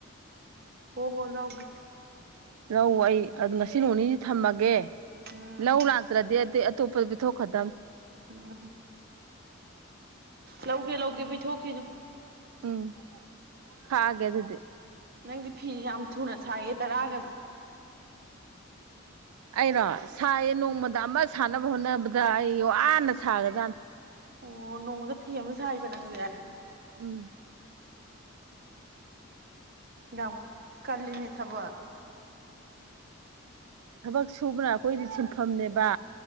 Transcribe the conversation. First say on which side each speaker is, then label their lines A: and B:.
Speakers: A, on the right; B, on the right.
A: ꯑꯣ ꯍꯣ ꯂꯧꯒꯦ
B: ꯂꯧ ꯑꯩ ꯑꯗꯨ ꯉꯁꯤ ꯅꯣꯡꯅꯤꯁꯤ ꯊꯝꯃꯒꯦ
A: ꯎꯝ
B: ꯂꯧ ꯂꯥꯛꯇ꯭ꯔꯗꯤ ꯑ ꯇꯨꯞꯄꯗ ꯊ ꯊꯣꯛ ꯈꯥꯗꯝ
A: ꯎꯝ ꯂꯧꯒꯦ ꯂꯧꯒꯦ ꯄꯤꯊꯣꯛꯈꯤꯅꯨ
B: ꯎꯝ ꯍꯥꯏꯦ ꯑꯗꯨꯗꯤ
A: ꯅꯪꯗꯤ ꯐꯤꯦ ꯌꯥꯝ ꯊꯨꯅ ꯁꯥꯏꯌꯦ ꯇꯔꯥꯒꯁꯦ
B: ꯑꯩꯔꯣ ꯁꯥꯏꯌꯦ ꯅꯣꯡꯃꯗ ꯑꯃ ꯁꯥꯅꯕ ꯍꯣꯠꯅꯕꯗ ꯑꯩ ꯋꯥꯅ ꯁꯥꯒꯔꯖꯥꯠꯅꯦ
A: ꯑꯣ ꯅꯣꯡꯃꯗ ꯐꯤ ꯑꯃ ꯁꯥꯏꯕ ꯅꯪꯁꯦ
B: ꯎꯝ
A: ꯉꯝ ꯀꯜꯂꯤꯅꯤ ꯊꯕ
B: ꯊꯕꯛ ꯁꯨꯕꯅ ꯑꯩꯈꯣꯏꯗꯤ ꯁꯤꯟꯐꯝꯅꯦꯕ